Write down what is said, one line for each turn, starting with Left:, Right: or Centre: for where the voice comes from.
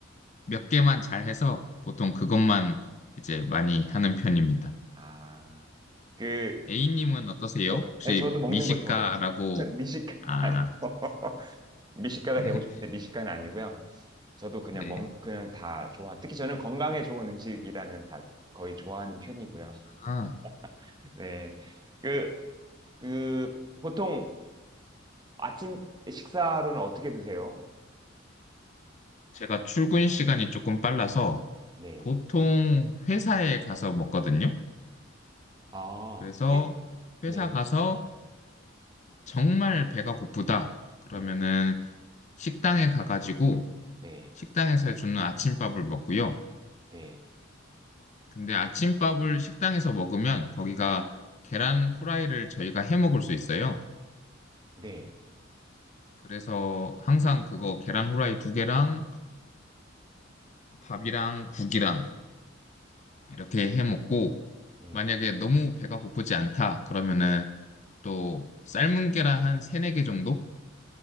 Left: 몇 개만 잘 해서 보통
Right: 네.
Left: 그것만 이제 많이 하는 편입니다.
Right: 아, 그,
Left: A님은 어떠세요?
Right: 저,
Left: 혹시
Right: 네, 저도 먹는
Left: 미식가라고,
Right: 거 좋아해요. <laughs> 아, 참, 미식가
Left: 아,
Right: 아니고. <laughs> 미식가가
Left: <laughs>
Right: 되고 싶은데 미식가는 아니고요. 저도 그냥
Left: 네.
Right: 먹, 그냥 다 좋아. 특히 저는 건강에 좋은 음식이라면 다 거의 좋아하는 편이고요.
Left: 아,
Right: <laughs> 네. 그, 그, 보통 아침 식사로는 어떻게 드세요?
Left: 제가 출근 시간이 조금 빨라서
Right: 네.
Left: 보통 회사에 가서 먹거든요.
Right: 아,
Left: 그래서
Right: 해.
Left: 회사
Right: 네.
Left: 가서 정말 배가 고프다. 그러면은
Right: 네.
Left: 식당에 가가지고
Right: 네.
Left: 식당에서 해주는 아침밥을 먹고요.
Right: 네.
Left: 근데 아침밥을 식당에서 먹으면 거기가 계란 후라이를 저희가 해 먹을 수 있어요.
Right: 네.
Left: 그래서 항상 그거 계란 후라이 두 개랑 밥이랑 국이랑 이렇게 해 먹고
Right: 네.
Left: 만약에 너무 배가 고프지 않다 그러면은 또 삶은 계란 한 세네 개 정도?